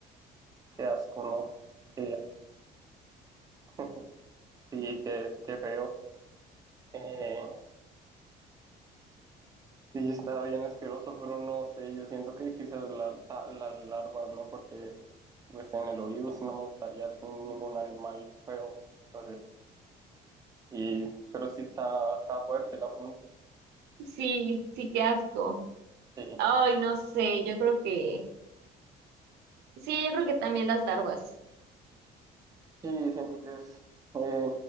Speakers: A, on the right (about 20°); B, on the right (about 75°).
A: qué asco, ¿no? Qué, <laughs> sí, qué, qué feo. Eh, sí, está bien asqueroso, pero no sé, yo siento que quizás la, la, la larva, ¿no? Porque pues en el oído sí no me gustaría tener ningún animal feo. Entonces, y, pero sí está, está fuerte la pregunta.
B: Sí, sí, qué asco.
A: Sí.
B: Ay, no sé, yo creo que... Sí, yo creo que también las larvas.
A: Sí, siento que es eh,